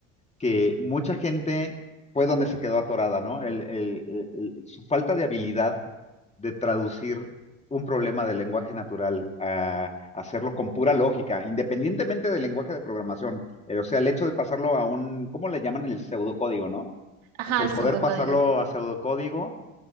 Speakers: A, on the left; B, on the right.
A: que mucha gente fue donde se quedó atorada, ¿no? El- el- el- el- su falta de habilidad de traducir un problema de lenguaje natural a hacerlo con pura lógica, independientemente del lenguaje de programación. Eh, O sea, el hecho de pasarlo a un, ¿cómo le llaman el pseudocódigo, ¿no?
B: Ajá,
A: Pues el
B: el
A: poder
B: pseudocódigo.
A: pasarlo a pseudocódigo.